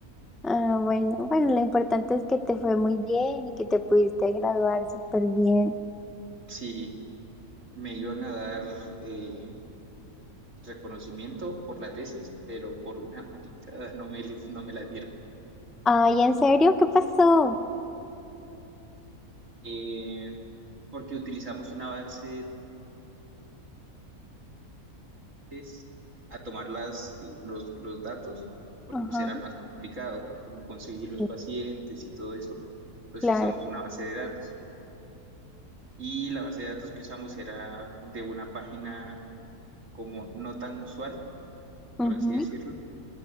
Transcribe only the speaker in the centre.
Ah, bueno, bueno, lo importante es que te fue muy bien y que te pudiste graduar súper bien.
Ay, ¿en serio? ¿Qué pasó?
Ajá,
sí,
claro.
Ujú.